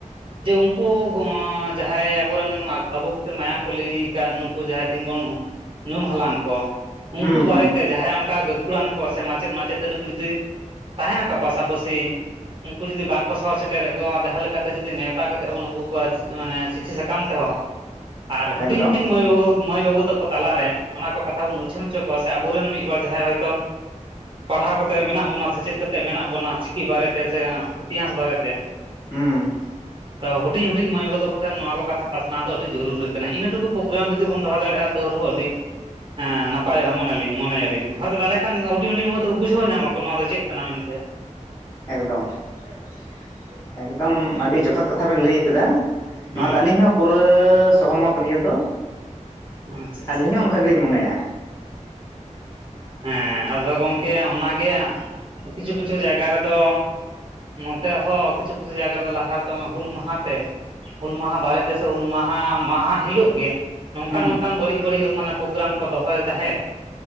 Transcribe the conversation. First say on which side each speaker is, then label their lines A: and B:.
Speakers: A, on the right; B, on the left.
A: ᱡᱮ ᱩᱱᱠᱩ <inaudible> ᱡᱟᱦᱟᱸᱭ ᱟᱵᱚᱨᱮᱱ, ᱟᱵᱚ ᱠᱷᱟᱹᱛᱤᱨ ᱢᱟᱭᱟᱢ ᱠᱚ ᱞᱤᱸᱜᱤ ᱠᱟᱫ ᱱᱩᱠᱩ ᱡᱟᱦᱟᱸᱭ ᱛᱤᱱ ᱵᱚᱱ ᱧᱩᱢ ᱦᱟᱞᱟᱝ ᱠᱚ ᱩᱱᱠᱩ
B: ᱦᱩᱸ ᱦᱩᱸ
A: ᱵᱟᱨᱮᱛᱮ ᱡᱟᱦᱟᱸᱭ ᱚᱱᱠᱟ ᱜᱟᱹᱠᱷᱩᱲᱟᱱ ᱠᱚ ᱥᱮ ᱢᱟᱪᱮᱫ, ᱢᱟᱪᱮᱛᱟᱱᱤ, ᱠᱚ ᱡᱩᱫᱤ ᱛᱟᱦᱮᱱᱟ ᱠᱚ ᱥᱟᱵᱟᱹᱥᱤ-ᱼ ᱩᱱᱠᱩ ᱡᱩᱫᱤ ᱵᱟᱝᱠᱚ ᱥᱚᱦᱚᱨ ᱥᱮᱴᱮᱨᱮᱫ ᱜᱚ ᱡᱟᱦᱟ ᱞᱮᱠᱟᱛᱮ ᱡᱩᱫᱤ ᱱᱮᱣᱛᱟ ᱠᱟᱛᱮᱫ ᱵᱚᱱ ᱟᱹᱜᱩ ᱠᱚᱣᱟ ᱢᱟᱱᱮ ᱪᱤᱴᱷᱤ ᱥᱟᱠᱟᱢ ᱛᱮ ᱦᱚᱸ ᱟᱨ ᱦᱩᱰᱤᱧ
B: ᱮᱠᱫᱚᱢ
A: ᱦᱩᱰᱤᱧ ᱢᱟᱹᱭ ᱵᱟ ᱢᱟᱹᱭ ᱵᱟᱹᱵᱩ ᱛᱟᱠᱚ ᱛᱟᱞᱟᱨᱮ, ᱚᱱᱟ ᱠᱚ ᱠᱟᱛᱷᱟ ᱵᱚᱱ ᱩᱪᱷᱟᱹᱱ ᱪᱚ ᱠᱚᱣᱟ ᱥᱮ, ᱟᱵᱚᱨᱮᱱ ᱢᱤᱫ ᱵᱟᱨ ᱡᱟᱦᱟᱸᱭ ᱦᱚᱭᱛᱳ ᱯᱟᱲᱦᱟᱣ ᱠᱟᱛᱮ ᱢᱮᱱᱟᱜ ᱵᱚᱱᱟ, ᱥᱮᱪᱮᱫ ᱠᱟᱛᱮ ᱢᱮᱱᱟᱜ ᱵᱚᱱᱟ᱾ ᱪᱤᱠᱤ ᱵᱟᱨᱮ ᱛᱮ ᱥᱮ ᱤᱛᱤᱦᱟᱥ ᱵᱟᱨᱮ ᱛᱮ
B: ᱦᱩᱸ
A: ᱛᱚ ᱦᱩᱰᱤᱧ - ᱦᱩᱰᱤᱧ ᱢᱟᱹᱭ ᱵᱟᱵᱩ ᱛ ᱛᱚ ᱱᱚᱣᱟ ᱠᱚ ᱠᱟᱛᱷᱟ ᱯᱟᱥᱱᱟᱣ ᱫᱚ ᱟᱹᱰᱤ ᱡᱚᱨᱩᱨᱤ ᱠᱟᱱᱟ᱾ ᱤᱱᱟᱹ ᱴᱩᱠᱩ ᱯᱳᱜᱨᱟᱢ ᱡᱩᱫᱤ ᱵᱚᱱ ᱫᱚᱦᱚ ᱫᱟᱲᱮᱭᱟᱜᱼᱟ, ᱛᱳᱣ ᱨᱮᱦᱚᱸ ᱟᱹᱰᱤ ᱦᱮᱸ ᱱᱟᱯᱟᱭᱚᱜᱼᱟ ᱢᱚᱱᱮ ᱞᱤᱟᱹᱧ ᱢᱚᱱᱮᱭᱟᱞᱤᱧ ᱦᱚᱭᱛᱳ ᱛᱟᱦᱞᱮ ᱠᱷᱟᱱ, ᱦᱩᱰᱤᱧ - ᱦᱩᱰᱤᱧ ᱛᱟᱠᱚ ᱵᱩᱡᱷᱟᱹᱣ ᱧᱟᱢ ᱟᱠᱚ ᱱᱚᱣᱟ ᱫᱚ ᱪᱮᱫ ᱠᱟᱱᱟ ᱢᱮᱱ ᱛᱮ᱾
B: ᱮᱠᱫᱚᱢ - ᱮᱠᱫᱚᱢ ᱟᱹᱰᱤ ᱡᱚᱛᱷᱟᱛ ᱠᱟᱛᱷᱟ ᱵᱮᱱ ᱞᱟᱹᱭ ᱠᱟᱫᱟ᱾
A: ᱦᱩᱸ
B: ᱱᱚᱣᱟ ᱫᱚ ᱟᱹᱞᱤᱧ ᱦᱚᱸ ᱯᱩᱨᱟᱹ ᱥᱚᱦᱚᱢᱚᱛ ᱱᱤᱭᱟᱹ ᱫᱚ
A: ᱟᱪᱪᱷᱟ ᱟᱪᱪᱷᱟ
B: ᱟᱹᱞᱤᱧ ᱦᱚᱸ ᱚᱱᱠᱟ ᱜᱮᱞᱤᱧ ᱢᱚᱱᱮᱭᱟ᱾
A: ᱦᱮᱸ ᱟᱫᱚ ᱜᱚᱝᱠᱮ ᱚᱱᱟᱜᱮ ᱠᱤᱪᱷᱩ - ᱠᱤᱪᱷᱩ ᱡᱟᱭᱜᱟ ᱨᱮ ᱫᱚ ᱱᱚᱛᱮ ᱦᱚᱸ ᱠᱤᱪᱷᱩ ᱠᱤᱪᱷᱩ ᱡᱟᱭᱜᱟ ᱨᱮ ᱫᱚ ᱞᱟᱦᱟ ᱨᱮᱛᱚ ᱦᱩᱞ ᱢᱟᱦᱟ ᱛᱮ ᱦᱩᱞ ᱢᱟᱦᱟ ᱵᱟᱨᱮ ᱛᱮ ᱥᱮ ᱦᱩᱞ ᱢᱟᱦᱟ ᱢᱟᱦᱟ ᱦᱤᱞᱳᱜ ᱜᱮ ᱱᱚᱝᱠᱟᱱ
B: ᱦᱩᱸ
A: - ᱱᱚᱝᱠᱟᱱ ᱵᱟᱹᱲᱤᱡ ᱵᱟᱹᱲᱤᱡᱟᱜ ᱢᱟᱱᱮ ᱯᱳᱜᱨᱟᱢ ᱠᱚ ᱫᱚᱦᱚᱭ ᱛᱟᱦᱮᱸᱫ